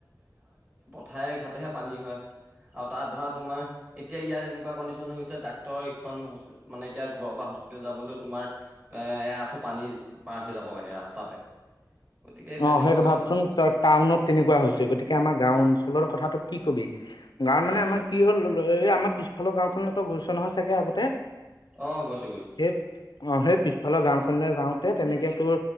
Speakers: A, on the right (about 25°); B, on the left (about 90°).
A: ঠাই ঘাাটেহে পানী হয় আৰু তাত ধৰা তোমাৰ এতিয়া ইয়াত এনেকুৱা কণ্ডিচন হৈ গৈছে এইখন হ্প মানে এতিয়া ঘৰৰ পৰা হস্পিতেল যাবলৈও তোমাৰ এ আঁঠু পানী পাৰ হৈ যাব যাব লাগে ৰাস্তাতে গতিকে তেনেকুৱা
B: অ', সেইটো
A: কণ্ডিশ্যন
B: ভাবচোন টাউনত তেনেকুৱা হৈছে গতিকে আমাৰ গাও অঞ্চল কথাটো কি কবি গাঁৱত
A: অ
B: মানে আমাৰ
A: অ
B: কি হ'ল এই আমাৰ পিছফালৰ গাঁওখনত গৈছ নহয় চাগে আগতে
A: অ গৈছো, গৈছো।
B: সেই অ', সেই পিছফালৰ গাঁওখনলৈ যাওঁতে তেনেকৈ তোৰ